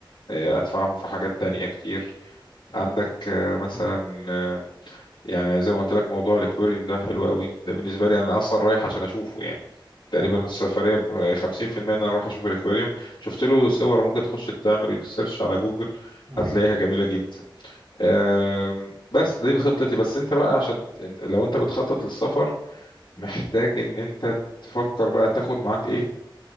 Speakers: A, on the left; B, on the right.
A: آه، أدفعهم في حاجات تانية كتير عندك آه، مثلا
B: أمم،
A: آه، يعني زي ما قلت لك موضوع الاكواريوم ده حلو قوي ده بالنسبه لي انا اصلا رايح عشان اشوفه يعني تقريبا
B: تمام
A: السفريه ب 50% ان انا اروح اشوف الاكواريوم شفت له صور ممكن تخش تعمل سيرش على جوجل
B: ممكن
A: هتلاقيها جميله جدا آم، بس دي خطتي بس انت بقى عشان ت- انت- لو انت بتخطط للسفر محتاج ان انت تفكر بقى تاخد معاك ايه